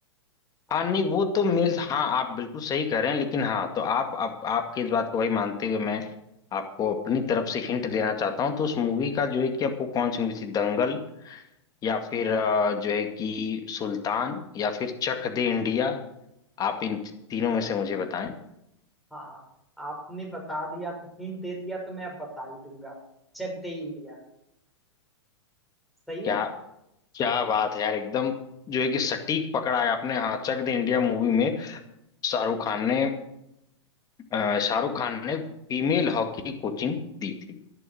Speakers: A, in the centre; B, on the left.
A: हाँ
B: हाँ नहीं वो तो मेल हाँ आप बिल्कुल सही कह रहे हैं लेकिन हाँ तो आप आप आपकी इस बात को वही मानते हुए मैं आपको अपनी तरफ से हिंट देना चाहता हूँ तो उस मूवी का जो है कि आपको कौन सी मूवी थी दंगल या फिर अ, जो है कि सुल्तान या फिर चक दे इंडिया आप इन तीनों में से मुझे बताएं
A: हाँ आपने बता दिया तो हिंट दे दिया तो मैं अब बता ही दूंगा जग दे इंडिया सही
B: क्या
A: है
B: क्या बात है यार एकदम जो है कि सटीक पकड़ा है आपने हाँ चक दे इंडिया मूवी में शाहरुख खान ने अ, शाहरुख खान ने फीमेल हॉकी कोचिंग दी थी